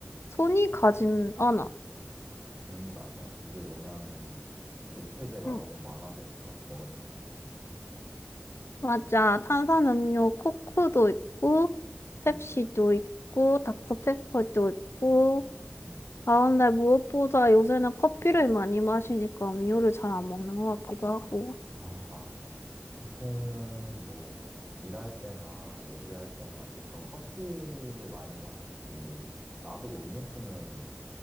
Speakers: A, on the left (about 75°); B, on the right (about 15°).
A: 손이 가진 않아.
B: 음, 맞아. 이게 왜냐하면 대체재가
A: 응.
B: 너무 많아졌어. 먹을 게.
A: 맞아. 탄산음료 코크도 있고, 펩시도
B: 음,
A: 있고, 닥터페퍼도 있고.
B: 음.
A: 아, 근데 무엇보다 요새는 커피를 많이 마시니까 음료를 잘 안 먹는 것 같기도 하고.
B: 아, 맞아. 보통은 뭐 일할 때나 얘기할 때나 보통 커피를 많이 마시고 나도 음료수는